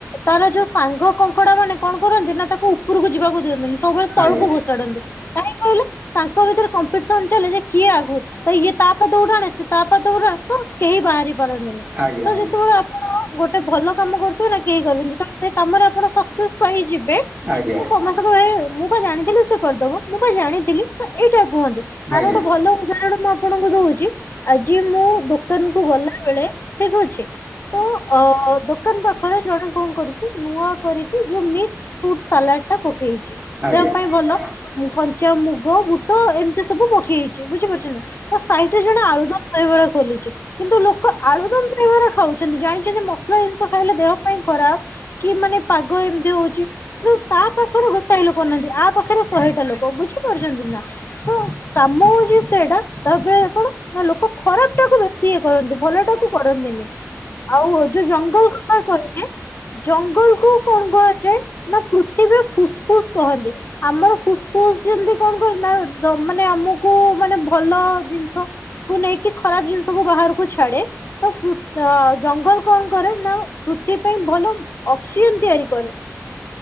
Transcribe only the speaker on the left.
ତାର ଯୋଉ ସାଙ୍ଗ କଙ୍କଡା ମାନେ କଣ କରନ୍ତି ନା ତାକୁ ଉପରକୁ ଯିବାକୁ ଦିଅନ୍ତିନି ସବୁବେଳେ ତଳକୁ
ଘୋଷାଡନ୍ତି କାହିଁ କହିଲେ? ତାଙ୍କ ଭିତରେ କମ୍ପିଟିସନ୍ ଚାଲେ ଯେ କିଏ ଆଗୁ ତ ଇଏ ତା ପାଦ କୁ ଟାଣେ ତା ପାଦ କୁ ଟାଣେ ତ କେହି ବାହାରି ପାରନ୍ତିନି
ତ ଯେତେବେଳେ ଆପ ଆପଣ ଗୋଟେ ଭଲ କାମ କରୁଥିବେ ନା କେହି କରିବେନି ଯେତେବେଳେ ସେ କାମରେ ଆପଣ ସକ୍ସେସ୍ ପାଇଯିବେ
ମୁଁ ସମସ୍ତେ କହିବେ ଏ ମୁଁ ପା ଜାଣିଥିଲି ସେ କରିଦବ ମୁଁ ବା ଜାଣିଥିଲି। ତ ଏଇଟା କୁହନ୍ତି ଆର
ଗୋଟେ ଭଲ ଉଦାହରଣ ମୁଁ ଆପ ଆପଣଙ୍କୁ ଦଉଚି ଆଜି ମୁଁ ଦୋକାନ କୁ ଗଲା ବେଳେ ଠିକ ଅଛି। ତ ଅ ଦୋକାନ ପାଖରେ ଜଣେ କଣ କରୁଚି ନୂଆ କରିକି ଯୋଉ ମିକ୍ସ ଫୁଟ ସାଲାଡ ଟା ପକେଇଚି
ଦେହ ପାଇଁ
ଭଲ କଞ୍ଚା ମୁଗ ବୁଟ ଏମିତି ସବୁ ପକେଇଚି ବୁଝିପାରୁଛ ନା ଟା ସାଇଡ ରେ ଜଣେ ଆଳୁଦମ୍ ଦହିବରା ଖୋଲିଚି କିନ୍ତୁ ଲୋକ ଆଳୁଦମ ଦହିବରା ଖାଉଚନ୍ତି ଜାଣିଚନ୍ତି ମସଲା ଜିନିଷ ଖାଇଲେ ଦେହ ପାଇଁ ଖରାପ କି ମାନେ ପାଗ ଏମିତି ହଉଚି କିନ୍ତୁ ତା ପାଖରେ ଗୋଟାଏ ଲୋକ ନାହାନ୍ତି ଆ ପାଖରେ ଶହେଟା ଲୋକ। ବୁଝିପାରୁଚନ୍ତି ନା ତ କାମ ହଉଚି ସେଇଟା ତାପରେ କଣ ନା ଲୋକ ଖରାପ ଟାକୁ ବେଶୀ ଇଏ କରନ୍ତି ଭଲ ଟାକୁ କରନ୍ତିନି ଆଉ ଯୋଉ ଜଙ୍ଗଲ କଥା କହିଲେ ଜଙ୍ଗଲ କୁ କଣ କୁହାଯାଏ ନା ପୃଥିବୀର ଫୁସ୍ ଫୁସ୍ କହନ୍ତି ଆମର ଫୁସ ଯେମିତି କଣ କହିମି ନା ଦ ମାନେ ଆମୁକୁ ମାନେ ଭଲ ଜିନିଷ କୁ ନେଇକି ଖରାପ ଜିନିଷକୁ ବାହାରକୁ ଛାଡେ ତ ପୃ ଅ ଜଙ୍ଗଲ କଣ କରେ ନା ପୃଥିବୀ ପାଇଁ ଭଲ ଅକ୍ସିଜେନ ତିଆରି କରେ।